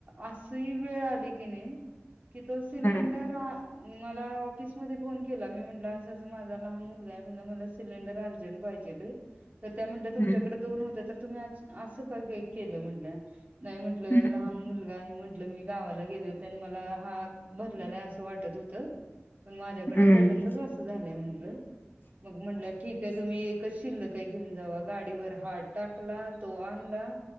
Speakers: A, on the right; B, on the left.
A: आस ही वेळ आली कणी, कि तो सिलेंडर
B: हम्म
A: मला ऑफिस मध्ये फोन केला. मी म्हंटलं असं असं माझा लहान मुलगा आहे, म्हटलं मला सिलेंडर अर्जंट पहि पाहिेजेल. त्या म्हणल्या तुमच्याकडे
B: हम्म
A: दोन होत्या, तर तुम्ही असं का केलं म्हणल्या. नाही म्हटलं
B: हम्म.
A: लहान मुलगा आहे म्ह म्हटल मी गावाला गेले होते, मला हा भरलेला असं वाटत होत. पण माझ्याकडनं
B: हम्म.
A: पहिल्यांदाच असं झालंय म्हंटलं, मग म्हंटल्या ठीक आहे तुम्ही एकच शिल्ल क घेऊन जावा, गाडीवर हात टाकला तो आणला.